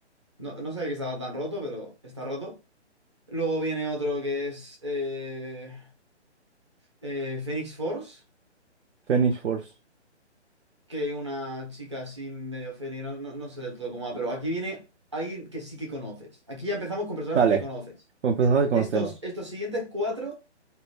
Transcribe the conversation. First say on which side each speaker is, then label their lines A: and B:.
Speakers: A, on the right; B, on the right.
A: no, no sabía que estaba tan roto, pero está roto. Luego viene otro que es eh, eh, Phoenix Force,
B: Phoenix Force.
A: que una chica así medio Phoenix, no, no no sé del todo cómo va, pero aquí viene alguien que sí que conoces. Aquí ya empezamos con personajes
B: Vale,
A: que conoces.
B: pues empezamos que conocemos.
A: Estos, estos siguientes cuatro,